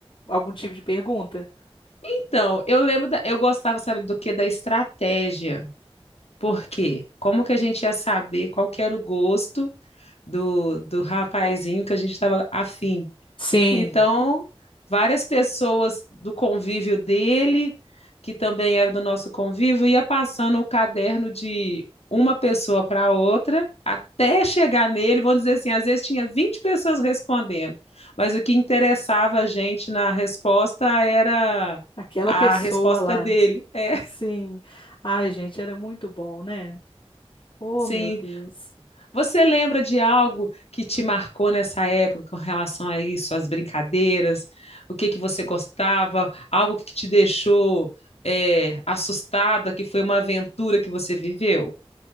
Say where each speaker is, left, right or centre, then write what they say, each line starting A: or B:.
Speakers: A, on the left; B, on the left.
A: algum tipo de pergunta?
B: Então, eu lembro, da- eu gostava, sabe, do que? Da estratégia. Por quê? Como que a gente ia saber qual que era o gosto do, do rapazinho que a gente estava afim?
A: Sim,
B: Então, várias pessoas do convívio dele, que também era do nosso convívio, ia passando o caderno de uma pessoa para outra até chegar nele. Vamos dizer assim, às vezes tinha 20 pessoas respondendo, mas o que interessava a gente na resposta era
A: aquela
B: a
A: pessoa
B: resposta
A: lá,
B: dele.
A: né?
B: É,
A: Sim. Ai, gente, era muito bom, né? Oh,
B: sim.
A: meu Deus.
B: Você lembra de algo que te marcou nessa época com relação a isso, as brincadeiras, o que que você gostava, algo que te deixou é, assustada, que foi uma aventura que você viveu?